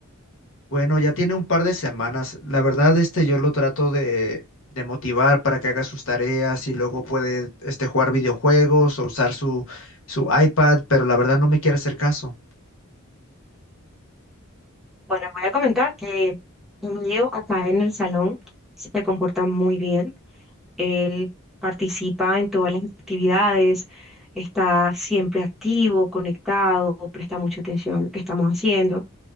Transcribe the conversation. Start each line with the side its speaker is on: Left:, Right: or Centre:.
Left: Bueno, ya tiene un par de semanas. La verdad, este, yo lo trato de, de motivar para que haga sus tareas y luego puede, este, jugar videojuegos o usar su, su iPad, pero la verdad no me quiere hacer caso.
Centre: Bueno, voy a comentar que Emilio acá en el salón se comporta muy bien. Él participa en todas las actividades, está siempre activo, conectado, presta mucha atención a lo que estamos haciendo.